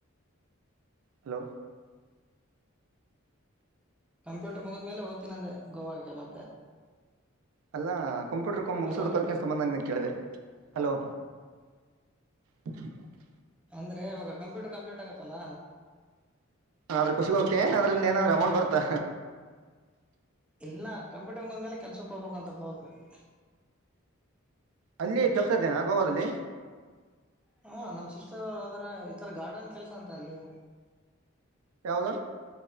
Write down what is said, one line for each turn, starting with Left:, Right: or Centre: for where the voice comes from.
Right: ಹಲೋ
Centre: ಕಂಪ್ಯೂಟರ್ ಮುಗಿದ ಮೇಲೆ ಹೋಗ್ತೀನಿ ಅಂದೆ ಗೋವಾಗೆ ಮತ್ತೆ
Right: ಅಲ್ಲಾ ಕಂಪ್ಯೂಟರ್ ಕೂ ಮುಗಸೋದಕೂ
Centre: ಹಲೋ
Right: ಅದಕ ಏನ್ ಸಂಬಂಧ ಕೇಳಿದೆ ಅಲೋ <unintelligible>
Centre: ಅಂದ್ರೆ ಇವಾಗ ಕಂಪ್ಯೂಟರ್ ಕಂಪ್ಲೀಟ್ ಆಗತ್ತಲ್ಲ
Right: ಆದ್ರ ಖುಷಿಗ ಹೋಗ್ತ ಏನ್ ಅದ್ರಲ್ಲಿಂದ ಏನಾದ್ರೂ ಅಮೌಂಟ್ ಬರ್ತಾ
Centre: ಇಲ್ಲ ಕಂಪ್ಯೂಟರ್ ಬಂದ್ಮೇಲೆ ಕೆಲ್ಸಕ್ ಹೋಗ್ಬೇಕು ಅಂದ್ರ ಹೋಗಬೇಕ
Right: ಅಲ್ಲಿ ಕೆಲಸ ಇದೆಯಾ ಗೋವಾದಲ್ಲಿ
Centre: ಹಾ ನಮ್ ಸಿಸ್ಟರ್ ಅವರ ಅದರ ಈತರ ಗಾರ್ಡನ್ ಕೆಲಸ ಅಂತ ಅಲ್ಲಿ
Right: ಯಾವದ